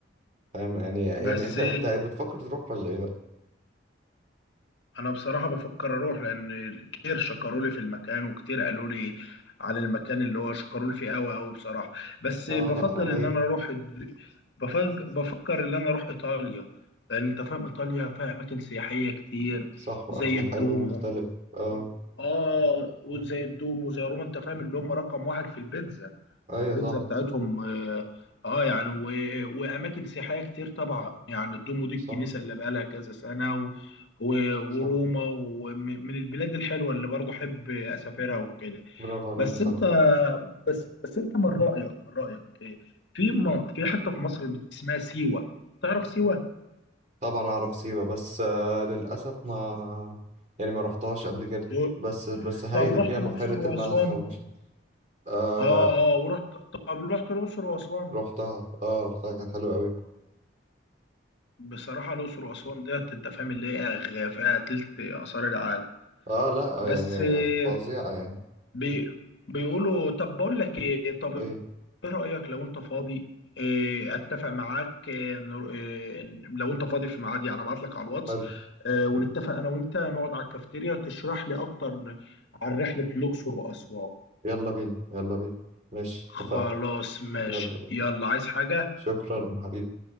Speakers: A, on the right; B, on the left.
A: فاهم يعني يعني
B: بس
A: انت انت بتفكر تروح ولا ايه بقى
B: انا بصراحه بفكر اروح لان كتير شكروا لي في المكان وكتير قالوا لي عن المكان اللي هو شكروا لي فيه قوي قوي بصراحه بس
A: اه
B: بفضل
A: لا هو هايل
B: ان انا اروح الد- بفج... بفكر ان انا اروح ايطاليا لان انت فاهم ايطاليا فيها اماكن سياحيه كتير
A: صح واكل
B: زي الدومو
A: حلو مختلف اه
B: و... اه وزي الدومو زي روما انت فاهم اللي هم رقم واحد في البيتزا
A: ايوه
B: البيتزا
A: طبعا
B: بتاعتهم اه آه، يعني و... واماكن سياحيه كتير طبعا يعني الدومو دي
A: صح
B: الكنيسه اللي بقى لها كذا سنه و... و... وروما
A: صح
B: ومن البلاد الحلوه اللي برضه احب اسافرها وكده
A: برافو عليك
B: بس
A: صح
B: انت بس بس انت من رايك من رايك إيه؟ في م... في حته في مصر اسمها سيوه تعرف سيوه؟
A: طبعا اعرف سيوة بس آه، للاسف ما يعني ما رحتهاش قبل كده
B: و...
A: بس بس هايلة
B: طب
A: فيها
B: رحت
A: بحيرة
B: الاقصر واسوان؟
A: الملح ومش آه
B: اه اه ورحت طب رحت الاقصر واسوان
A: رحتها اه رحتها كانت حلوة قوي
B: بصراحه الاقصر واسوان ديت انت فاهم اللي هي غ- فيها تلت اثار العالم
A: اه لا آه
B: بس
A: يعني
B: آه،
A: فظيعة يعني
B: بي بيقولوا طب بقول لك ايه طب
A: طيب
B: ايه رأيك لو انت فاضي إيه، اتفق معاك إيه، نر- إيه، لو انت فاضي في ميعاد يعني ابعت لك على الواتس
A: حلو
B: آه، ونتفق انا وانت نقعد على الكافيتيريا تشرح لي اكتر عن رحلة الاقصر واسوان
A: يلا بينا يلا بينا ماشي
B: خلاص
A: اتفقنا
B: ماشي
A: يلا بينا
B: يلا عايز حاجة
A: شكرا حبيبي